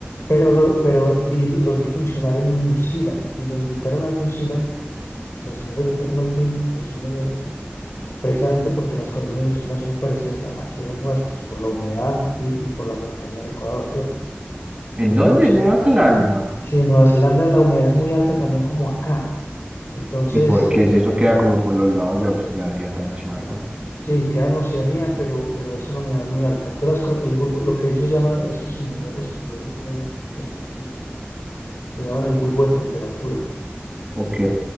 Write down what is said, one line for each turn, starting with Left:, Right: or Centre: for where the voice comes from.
Left: pero, lo- pero vi- los vi funcionar en New Zealand y me invitaron a New Zealand, los señores de Tecnolpin, los ingenieros, precisamente porque las condiciones de New Zealand son muy parecidas a- aquí a las nuestras, por la humedad y, y por la cercanía al Ecuador, ¿cierto?
Right: ¿En
Left: Entonces,
Right: dónde? En Nueva Zelanda.
Left: eh, sí, en Nueva Zelanda la humedad es muy alta también como acá, entonces...
Right: ¿Y por
Left: eh,
Right: qué si eso queda como por los lados de Australia tan charro?
Left: Sí, queda en Oceanía, pero, pero es una humedad muy alta. Entonces, las con- el bulbo- lo que ellos llaman, esos ingenieros que producen nieve, los ingenieros de nieve, lo llaman el bulbo de temperatura.
Right: Ok,